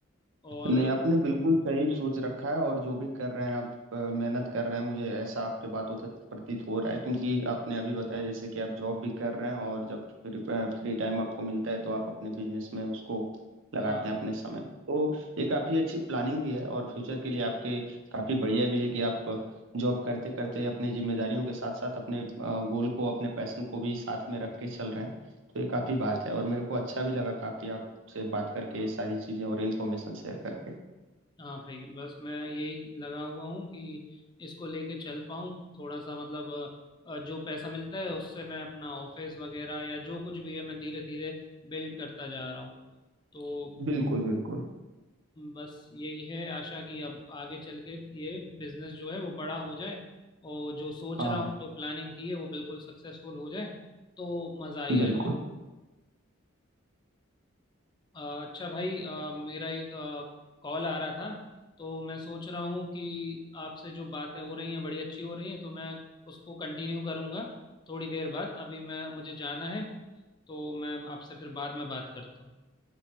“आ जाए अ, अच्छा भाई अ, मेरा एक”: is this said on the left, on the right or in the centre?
Left